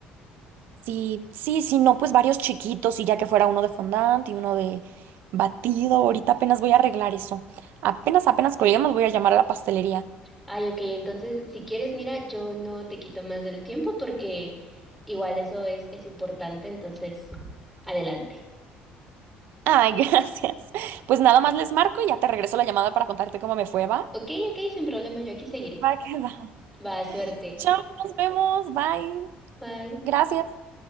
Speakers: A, on the right (about 60°); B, in the centre.
A: Sí, sí, sí, no, pues varios chiquitos y ya que fuera uno de fondant y uno de batido. Ahorita apenas voy a arreglar eso. Apenas, apenas colguemos voy a llamar a la pastelería.
B: Ay, ok, entonces si quieres, mira, yo no te quito más del tiempo porque igual eso es, es importante, entonces adelante.
A: Ay, <laughs> gracias. Pues nada más les marco y ya te regreso la llamada para contarte cómo me fue, ¿va?
B: Ok, ok, sin problema, yo aquí seguiré.
A: Va que va.
B: Va, suerte.
A: Chao, nos vemos. Bye.
B: Bye.
A: Gracias.